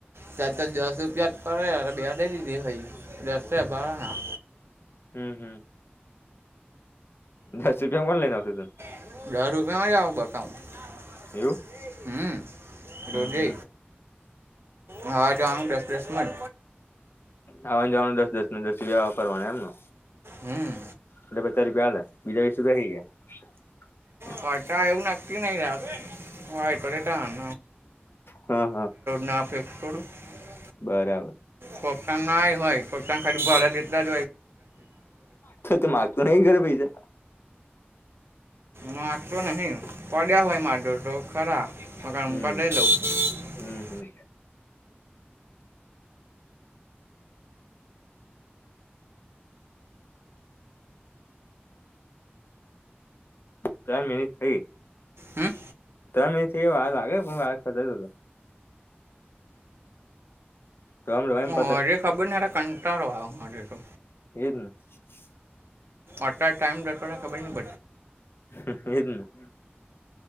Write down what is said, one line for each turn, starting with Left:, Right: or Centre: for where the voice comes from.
Right: ત દસ રૂપિયા પડે બે દે દીધી હોઈ દસ રૂપિયા ભારના
Left: હમ હમ દસ રૂપિયા કોણ લઈને <unintelligible>
Right: દારૂપિયામાં જ બતાવું
Left: એવું
Right: હમ
Left: હમ
Right: રોજે
Left: હમ
Right: આવા જવાનું દસ દસ માજ
Left: આવા જવાનું દસ દસ ને દસ જાવા કરવાનું એમને?
Right: હમ
Left: એટલે પચાસ રૂપિયા હલા બીજા વીસ રૂપિયા કઈ ગયા?
Right: વા ટા એવું નાક્કી નહી વાઈટ ટણ
Left: હા હા
Right: ના <unintelligible>
Left: બરાબર
Right: કોપ્તાન ના હોય કપ્તાન ખાલી ભરા જેટલાં
Left: તો તો માગતો નહી ઘરે પહજે
Right: વાગતો નહિ પડ્યા હોય માધો તો ખરા <unintelligible>
Left: હમ હમ હમ <inaudible> <inaudible> ત્રણ મિનિટ થઈ
Right: હમ
Left: ત્રણ થી વાર લાગે પણ વા ખતો <unintelligible>
Right: આજે ખબર નહી કંટાળો આવ આજે તો
Left: એજ <inaudible>
Right: અટ્યારે ટાઈમ ડતો ખબર ન પ
Left: <unintelligible>